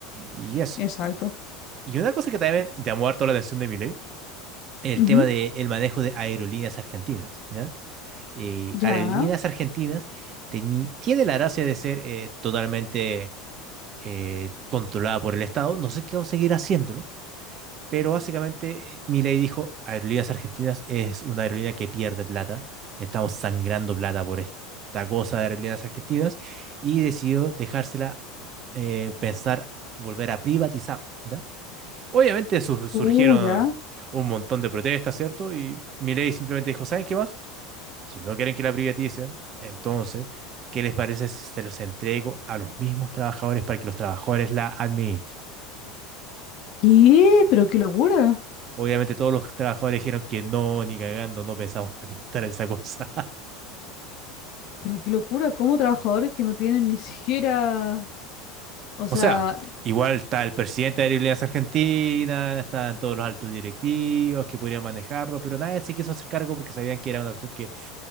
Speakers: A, on the right; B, on the left.
A: y eso.
B: exacto.
A: Y, y una cosa que también llamó harto la atención de Milei, el
B: Ujú,
A: tema del manejo de aerolíneas argentinas, ¿ya? Eh, aerolíneas
B: Ya.
A: argentinas teñi- tiene la gracia de ser eh, totalmente eh, controlada por el Estado, no sé qué va a seguir haciéndolo, pero básicamente eh, Milei dijo, Aerolíneas Argentinas es una aerolínea que pierde plata, estamos sangrando plata por esta cosa de Aerolíneas Argentinas y decidió dejársela eh, pensar volver a privatizarla, ¿ya? Obviamente su- surgieron
B: Uh, ya.
A: un montón de protestas, ¿cierto? Y Milei simplemente dijo, ¿saben qué más? Si no quieren que la privaticen, entonces, ¿qué les parece si se los entrego a los mismos trabajadores para que los trabajadores la administren?
B: ¿Qué? Pero qué locura.
A: Obviamente todos los trabajadores dijeron que no, ni cagando, no pensamos <laughs> administrar esa cosa.
B: Pero qué locura. ¿Cómo trabajadores que no tienen ni siquiera... O sea,
A: O sea, igual está el presidente de Aerolíneas Argentinas, están todos los altos directivos que podrían manejarlo, pero nadie se quiso hacer cargo porque sabían que era una cuestión que